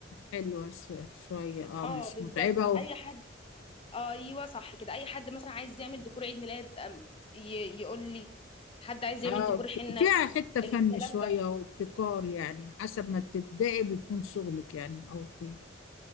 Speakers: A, on the left; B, on the left.
A: حلوة ش- شوية اه
B: اه
A: مش
B: بالظبط
A: متعبة و...
B: اي حد ايوه صح كده اي حد مثلا عايز يعمل ديكور عيد ميلاد أم- ي... يقول لي حد عايز يعمل
A: اه
B: ديكور
A: ف-
B: حنة
A: فيها حتة فن
B: الكلام
A: شوية
B: ده
A: وابتكار يعني حسب ما تبدأي بيكون شغلك يعني او ت-